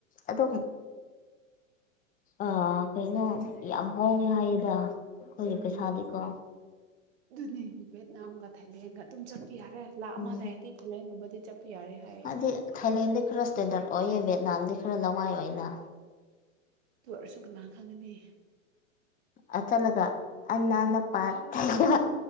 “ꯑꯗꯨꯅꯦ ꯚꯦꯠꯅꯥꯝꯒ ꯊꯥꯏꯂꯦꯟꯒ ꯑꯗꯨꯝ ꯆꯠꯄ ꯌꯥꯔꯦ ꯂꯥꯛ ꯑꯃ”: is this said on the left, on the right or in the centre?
Right